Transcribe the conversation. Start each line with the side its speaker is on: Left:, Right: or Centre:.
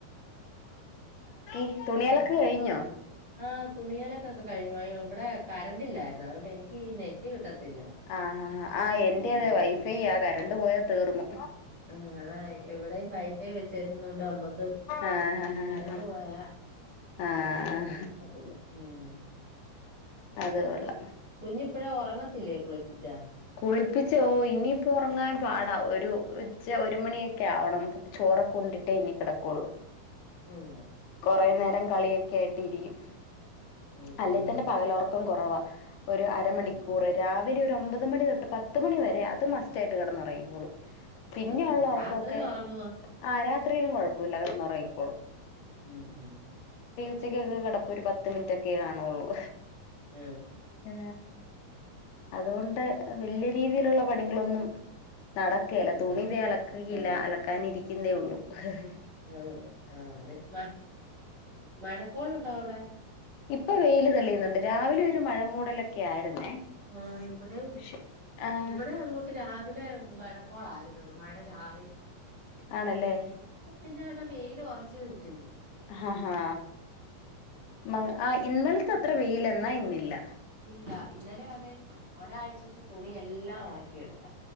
Left: <inaudible> തുണിയലക്ക്
Right: ഉം.
Left: കഴിഞ്ഞാ?
Right: ആ തുണിയലക്കൊക്കെ കഴിഞ്ഞു ഇവടെ കറണ്ടില്ലായിരുന്നു അതുകൊണ്ട് എനിക്ക് ഈ നെറ്റ് കിട്ടത്തില്ല.
Left: ആ ആ ആ എന്റെ
Right: അതാ
Left: അതെ
Right: ഞാൻ
Left: വൈഫൈയാ
Right: പ
Left: ആ കരണ്ട് പോയ തീർന്നു
Right: ആ അതാ ഇവിടേം വൈഫൈ വെച്ചേക്കുന്നോണ്ട് നമ്മക്ക്
Left: ആഹ്
Right: കരണ്ട്
Left: ആഹ്
Right: പോയാ
Left: ആഹ്
Right: ആരെയും പറയാൻ പറ്റില്ല ഉം
Left: അത് കൊള്ളാ
Right: കുഞ്ഞിപ്പഴേ ഉറങ്ങത്തില്ലേ? കുളിപ്പിച്ചാ?
Left: കുളിപ്പിച്ചു ഓ ഇനിയിപ്പൊ ഒറങ്ങാൻ പാടാ ഒരു ഉച്ച ഒരു മണിയൊ ക്കെ ആവണം ചോറൊക്കെ ഉണ്ടിട്ടേ ഇനി കെടക്കുള്ളൂ
Right: ആന്നോ?
Left: കൊറേ നേരം കളിയൊക്കെ ആയിട്ട് ഇരിക്കും
Right: ഉം,
Left: അല്ലെ
Right: ഉം.
Left: തന്നെ പകലൊറക്ക ക്കം കൊറവാ ഒരു അരമണിക്കൂറ്
Right: ഉം, ഉം.
Left: രാവിലെ ഒമ്പത് മണി തൊട്ട് പത്ത് മണി വരെ അത് മസ്റ്റായിട്ട് കെടന്നൊറങ്ങിക്കോളും പിന്നെ
Right: ഉം.
Left: ഉള്ള ഒറക്കൊക്കെ
Right: രാത്രിയിൽ ഉറങ്ങുവോ?
Left: ആ രാത്രിയിലും കൊഴപ്പ പിള്ളേര് കിടന്നു ഉറങ്ങിക്കോളും
Right: ഉം ഉം
Left: ഉച്ചക്കൊക്കെ കടപ്പ ഒരു പത്ത് മിനിറ്റ ഒക്കെേ കാണുള്ളൂ
Right: ആ.
Left: ആ അതുകൊണ്ട് വലിയ രീതിയിലുള്ള പണികളൊന്നും നടക്കുകയില്ല
Right: ഇല്ല.
Left: തുണി ദേ ഇതേ അലക്കുകയില്ല
Right: ആ.
Left: അലക്കാനിരിക്കുന്നതേ ഉള്ളൂ ആ ഹ് ഹ്
Right: ആ ആ അത മ മഴക്കോളുണ്ടോ അവിടെ
Left: ഇപ്പൊ വെയിയില് തെളിയുന്നുണ്ട് രാവിലെ ഒരു മഴ മൂടലൊക്കെ ആയിരുന്നേ
Right: ആ ഇവിടെ
Left: പക്ഷെ ആഹ്
Right: ഇവിടെ അതുകൊട്ട് രാവിലെ മഴക്കോളായിരുന്നു മഴ ചാറി
Left: ആണല്ലേ
Right: ഇപ്പൊ പിന്നട വെയിൽ ഉറച്ചു നിക്കന്ന്
Left: ആഹഹാ മ ആ ഇന്നലത്തെ
Right: ആ.
Left: അത്ര വെയില എന്നാ ഇന്ന ഇല്ല
Right: ഇല്ല ഇന്നലെ അതെ ഒരാഴ് ആഴ്ചത്തെ തുണിയെല്ലാം ഉണക്കിയെടുത്തു